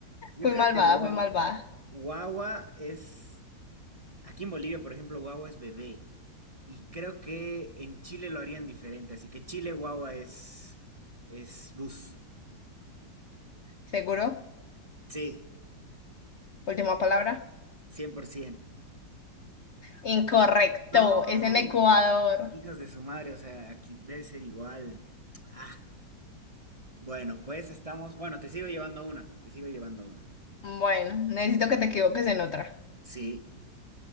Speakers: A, on the right (about 30°); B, on the left (about 70°).
A: Yo
B: Fui
A: creo
B: malvada,
A: que gua-
B: fui malvada.
A: guagua es... Aquí en Bolivia, por ejemplo, guagua es bebé. Y creo que en Chile lo harían diferente. Así que Chile guagua es... es bus.
B: ¿Seguro?
A: Sí,
B: Última palabra.
A: 100%.
B: Incorrecto,
A: No,
B: es en Ecuador.
A: hijos de su madre, o sea, aquí debe ser igual. Ah, bueno, pues estamos... Bueno, te sigo llevando una. Te sigo llevando una.
B: Bueno, necesito que te equivoques en otra.
A: Sí.